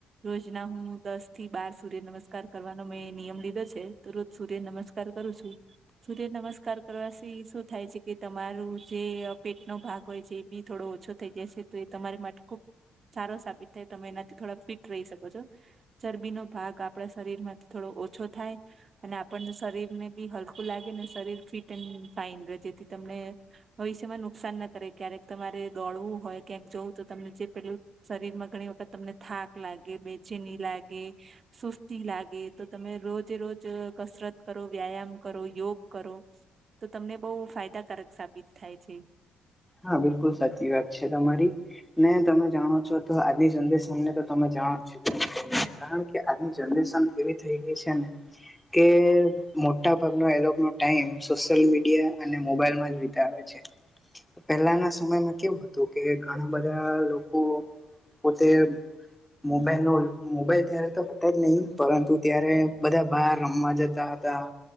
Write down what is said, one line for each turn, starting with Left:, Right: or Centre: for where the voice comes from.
Right: રોજ ના હું દસ થી બાર સૂર્ય નમસ્કાર કરવાનો મેં નિયમ લીધો છે તો રોજ સૂર્ય નમસ્કાર કરું છું. સૂર્ય નમસ્કાર કરવાથી શું થાય છે કે તમારું જે પેટનો ભાગ. હોય છે એ બી થોડો ઓછો થઈ જાય છે તો એ તમારી માટે ખૂબ સારો સાબિત થાય તમે એનાથી થોડા ફિટ રહી શકો છો ચરબીનો ભાગ. આપણા શરીર માંથી થોડો ઓછો થાય. અને આપણને શરીર ને બી હલકું લાગે ને શરીર ફિટ એન્ડ ફાાઈન રહે જેથી તમે. ભવિષ્યમાં નુકસાન ના કરે ક્યારેક તમારે દોડવું હોય ક્યાંક જવું તો તમને જે પેલું. શરીર માં ઘણી વખત તમને થાક લાગે બેચેની લાગે. સુસ્તી લાગે તો તમે રોજે રોજ કસરત કરો વ્યાયામ કરો યોગ કરો. તો તમને બહુ ફાયદાકારક સાબિત થાય છે.
Centre: હા બિલકુલ સાચી વાત છે તમારી. નહી તમે જાણો છો તો આજિ જલ્દીી સમને તો તમે જાણો છો. કારણ કે આજની જનરેશન એવી થઈ ગઈ છે ને. કે મોટા ભાગનો એલોનો ટાઈમ સોશિયલ મીડિયા અને મોબાઈલમાં જ વિતાવે છે. પહેલાના સમયમાં કેવું હતું કે ઘણા બધા લોકો પોતે મોબાઈલ ન મોબાઈલ ત્યારે તો હતા જ નહીિ પરંતુ ત્યારે બધા બાર રમવા જતા હા